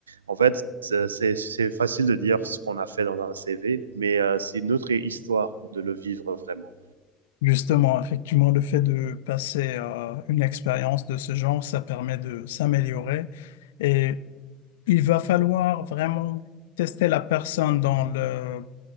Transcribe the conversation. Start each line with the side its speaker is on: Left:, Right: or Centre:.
Right: en fait c'est, c'est- c'est facile de dire ce qu'on a fait dans un CV, mais euh, c'est notre histoire de le vivre vraiment.
Left: Justement, effectivement, le fait de passer à une expérience de ce genre, ça permet de s'améliorer. Et il va falloir vraiment tester la personne dans le,